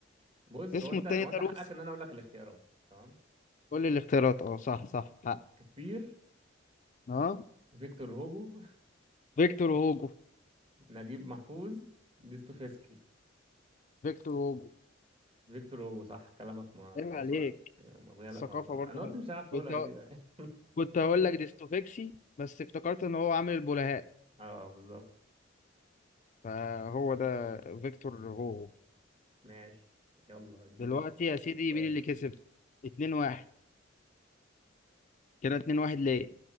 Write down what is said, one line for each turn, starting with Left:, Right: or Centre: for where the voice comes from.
Right: بص
Left: اسمه
Right: هو انت
Left: التاني
Right: هو
Left: ده
Right: انت
Left: روسي
Right: حقك ان انا اقول لك الاختيارات تمام
Left: قول لي الاختيارات اه صح صح حق
Right: شكسبير
Left: اه
Right: فيكتور هوجو
Left: فيكتور هوجو
Right: نجيب محفوظ دوستويفسكي
Left: فيكتور هوجو
Right: فيكتور هوجو صح كلامك ما
Left: عيب عليك
Right: سؤال مغيالك
Left: الثقافة
Right: مغيالك
Left: برضه
Right: انا قلت
Left: حلوة
Right: مش هعرف تقولها
Left: كنت ه...
Right: دي <laughs>
Left: كنت هقول لك ديستوفيكسي بس افتكرت ان هو عامل البلهاء
Right: اه بالظبط
Left: فهو ده فيكتور هوجو
Right: ماشي يلا اديني
Left: دلوقتي يا سيدي
Right: سؤالي
Left: مين اللي كسب 2-1 كده اتنين واحد ليه